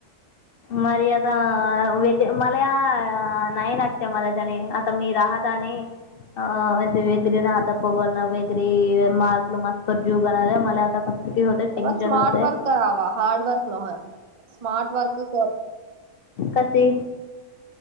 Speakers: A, on the left (about 60°); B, on the right (about 40°).
A: मरी आता वज मलाया नयन नच्या मलाज आणि त मी राहताने अे वेगळे ना आता प बण वेगरे मार्कल मास्प जीव गणाला मला आता कसं की होते टेन्शन
B: अ स्मार्ट
A: होते
B: वर्क आवा हारड वर्क न स्मार्ट वर्क क
A: कसे